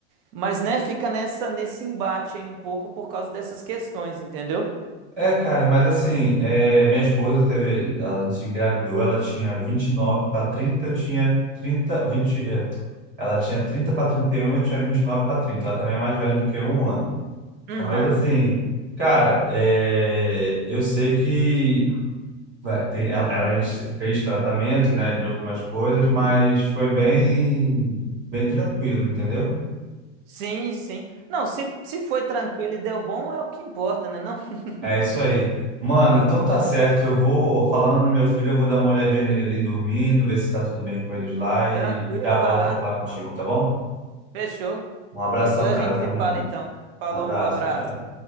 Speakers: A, on the right (about 50°); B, on the right (about 30°).
A: mas né, fica nessa nesse embate aí um pouco por causa dessas questões, entendeu?
B: É, cara, mas assim, é, minha esposa teve, a gente engravidou, ela tinha 29 para 30, eu tinha 30 20, é, ela tinha 30 para 31, eu tinha 29 para 30. Ela também é mais velha do que eu um ano.
A: Uhum,
B: Mas assim, cara, é, eu sei que Vai, tem- ela, ela a gente fez tratamento, né, de algumas coisas,
A: uhum.
B: mas foi bem, bem tranquilo, entendeu?
A: Sim, sim. Não, se, se foi tranquilo e deu bom, é o que importa, né? Não, <laughs>
B: É isso aí. Mano, então tá certo. Eu vou, falando no meu filho, eu vou dar uma olhadinha nele ali dormindo, ver se tá tudo bem com eles lá e
A: tranquilo,
B: já
A: vai
B: volto
A: lá.
B: a falar contigo, tá bom?
A: Fechou.
B: Um abração,
A: Depois a
B: cara.
A: gente se
B: Tamo
A: fala
B: junto.
A: então. Falou,
B: Abraço,
A: abraço.
B: tchau.